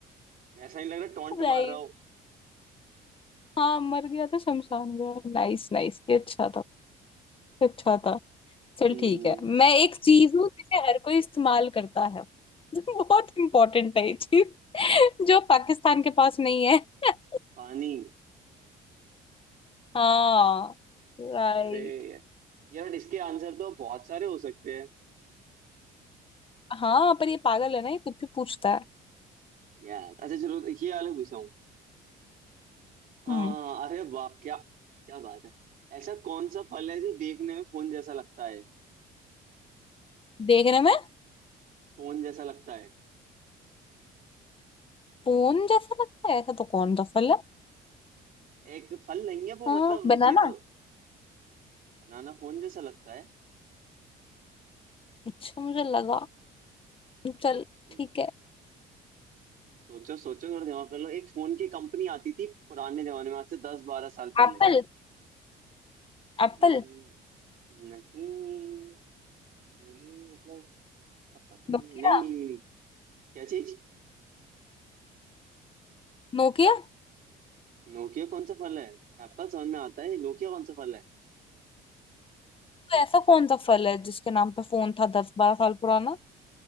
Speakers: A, on the right (about 55°); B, on the left (about 30°).
A: ऐसा नहीं लग रहा टोंट
B: <laughs> राइट
A: मार रहा हो
B: हाँ मर गया था शमशान गया नाइस नाइस ये अच्छा था ये अच्छा था चल
A: हम्म,
B: ठीक है मैं एक चीज हूँ जिसे हर कोई इस्तेमाल करता है <laughs> बहुत इंपॉर्टेंट है ये चीज <laughs> जो पाकिस्तान के पास नहीं है <laughs>
A: पानी
B: हाँ राइट
A: अरे यार इसके आंसर तो बहुत सारे हो सकते हैं
B: हाँ पर ये पागल है ना ये कुछ भी पूछता है
A: यार अच्छा चलो ये वाला पूछा हाँ
B: हम्म
A: अरे वाह क्या क्या बात है ऐसा कौन सा फल है जो देखने में फोन जैसा लगता है
B: देखने में
A: फोन जैसा लगता है
B: फोन जैसा लगता है ऐसा तो कौन सा फल है
A: एक फल नहीं है वो
B: हाँ
A: मतलब
B: बनाना
A: ये तो बनाना फोन जैसा लगता है
B: अच्छा मुझे लगा चल
A: हम्म,
B: ठीक है
A: सोचो सोचो थोड़ा दिमाग कर लो एक फोन की कंपनी आती थी पुराने जमाने में आज से दस बारह साल
B: एप्पल
A: पहले
B: एप्पल
A: हम्म, नहीं नहीं मतलब अब पता
B: नोकिया
A: नहीं नहीं नहीं नहीं, नहीं। क्या चीज
B: नोकिया
A: नोकिया कौन सा फल है एप्पल समझ में आता है नोकिया कौन सा फल है
B: तो ऐसा कौन सा फल है जिसके नाम पे फोन था दस बारह साल पुराना